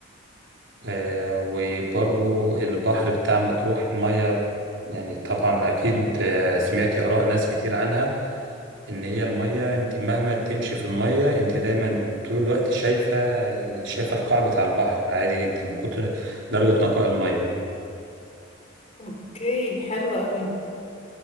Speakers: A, on the right; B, on the left.
A: آه، وبرضو البحر بتاع مطروح المية يعني طبعا أكيد آه، سمعتي آراء ناس كتير عنها إن هي المية أنت مهما تمشي في المية أنت دايما طول الوقت شايفة شايفة القاع بتاع البحر عادي جدا من كتر درجة نقاء المية
B: أوكي حلو قوي